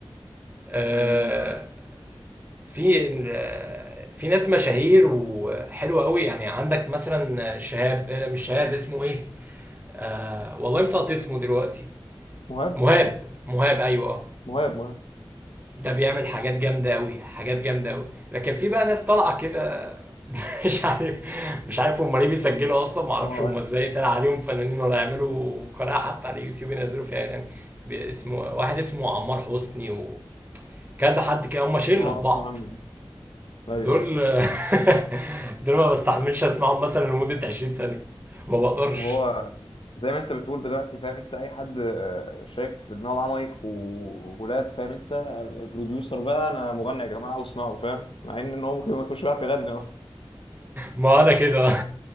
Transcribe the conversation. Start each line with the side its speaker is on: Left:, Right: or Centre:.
Right: آه،
Left: مم.
Right: في آه، في ناس مشاهير وحلوة قوي يعني عندك مثلا شهاب آه، مش شهاب اسمه ايه آه، والله مسقط اسمه دلوقتي
Left: مهاب
Right: مهاب مهاب ايوه اه
Left: مهاب مهاب
Right: ده بيعمل حاجات جامدة قوي حاجات جامدة قوي لكن في بقى ناس طالعة كده <laughs> مش عارف مش عارف هم ليه بيسجلوا اصلا ما
Left: اه
Right: اعرفش هم ازاي طلع عليهم فنانين ولا يعملوا قناه حتى على اليوتيوب ينزلوا فيها اغاني ب- اسمه واحد اسمه عمار حسني وكذا حد كده هم شله
Left: ما
Right: في
Left: اسمع
Right: بعض
Left: عنه ايوه
Right: دول
Left: ايوه
Right: <laughs> دول ما بستحملش
Left: آه.
Right: اسمعهم مثلا لمده 20 سنه ما بقدرش
Left: هو زي ما انت بتقول دلوقتي فاهم انت اي حد آه، شايف ان هو معاه مايك ولاب فاهم انت البروديوسر بقى انا مغني يا جماعه واسمعوا فاهم مع ان إن هو ممكن ما يكونش بيعرف يغني اصلا
Right: ما انا كده <laughs>